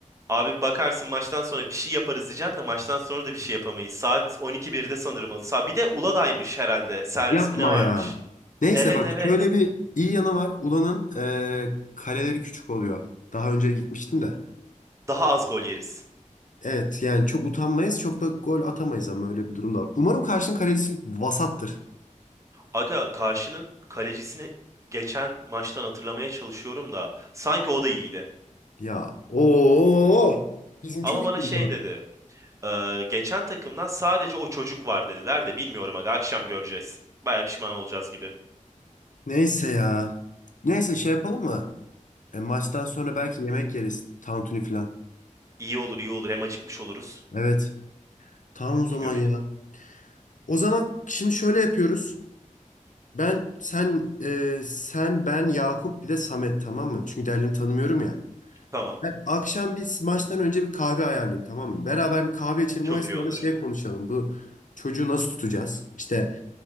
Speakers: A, on the right; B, on the left.
A: Abi bakarsın maçtan sonra bir şey yaparız diyeceğim de maçtan sonra da bir şey yapamayız. Saat on iki birde sanırım halı saha. Bir de Uluday'mış herhalde. Servis
B: Yapma
A: mi ne varmış?
B: ya. Neyse
A: Evet
B: bak
A: evet.
B: şöyle bir iyi yanı var. Ulan'ın eee, kaleleri küçük oluyor. Daha önce gitmiştim de.
A: Daha az gol yeriz.
B: Evet yani çok utanmayız çok da gol atamayız ama öyle bir durum da var. Umarım karşının kalecisi vasattır.
A: Aga karşının kalecisini geçen maçtan hatırlamaya çalışıyorum da sanki o da iyiydi.
B: Ya ooo bizim
A: Ama
B: çok
A: bana
B: işimiz
A: şey
B: var.
A: dedi. "Ee, geçen takımdan sadece o çocuk var dediler de bilmiyorum aga akşam göreceğiz. Baya pişman olacağız gibi.
B: Neyse ya. Neyse şey yapalım mı? E, maçtan sonra belki yemek yeriz. Tantuni falan.
A: İyi olur iyi olur hem acıkmış oluruz.
B: Evet. Tamam
A: Bir
B: o zaman
A: gömelim.
B: ya. O zaman şimdi şöyle yapıyoruz. Ben sen e, sen ben Yakup bir de Samet tamam mı? Çünkü diğerlerini tanımıyorum ya.
A: Tamam.
B: Ben akşam biz maçtan önce bir kahve ayarlayayım tamam mı? Beraber bir kahve içelim
A: Çok
B: o esnada
A: iyi olur.
B: şey konuşalım. Bu çocuğu nasıl tutacağız? İşte